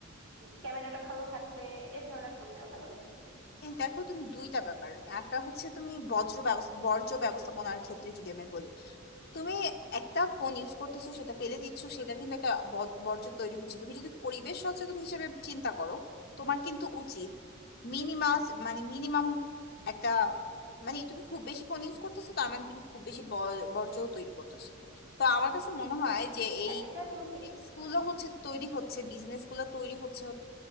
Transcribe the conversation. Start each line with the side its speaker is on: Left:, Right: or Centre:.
Right: ক্যামেরাটা ভালো থাকবে এই ধরনের ফোন নেওয়া ভালো হবে
Left: এই দেখো তুমি দুইটা ব্যাপার একটা হচ্ছে তুমি বজ্র ব্যবস্থা বর্জ্য ব্যবস্থাপনার ক্ষেত্রে যদি আমি বলি তুমি একটা ফোন ইউজ করতেছো সেটা ফেলে দিচ্ছ সেটার কিন্তু একটা ব- বর্জ্য তৈরি হচ্ছে তুমি যদি পরিবেশ সচেতন হিসেবে চিন্তা করো তোমার কিন্তু উচিত মিনিমাস মানে মিনিমাম একটা মানে তুমি খুব বেশি ফোন ইউজ করতেছো তার মানে তুমি খুব বেশি ব- বর্জ্য তৈরি করতেছো তো আমার কাছে মনে হয় যে এই
Right: হ্যাঁ এটা তুমি ঠিক বলেছো
Left: স্কুলও হচ্ছে তৈরি হচ্ছে বিজনেস গুলো তৈরি হচ্ছে